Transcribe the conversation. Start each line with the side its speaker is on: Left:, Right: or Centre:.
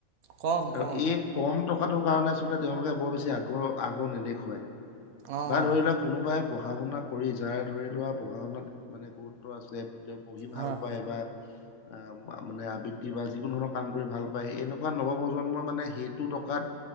Right: কম
Left: আৰু
Right: কম
Left: এই কম টকা সেইটো কাৰণে আচলতে তেওঁলোকে বৰ বেছি আগ্ৰহ আগ্ৰহ নেদেখুৱায়।
Right: অঁ
Left: বা ধৰি লোৱা কোনোবাই পঢ়া শুনা কৰি যাৰ ধৰি লোৱা পঢ়া শুনাত মানে গুৰুত্ব আছে পঢ়ি ভাল
Right: হয়
Left: পায় বা আহ মানে আবৃত্তি বা যিকোনো ধৰণৰ কাম কৰি ভাল পায় এনেকুৱা নৱপ্ৰজন্মই মানে সেইটো টকাত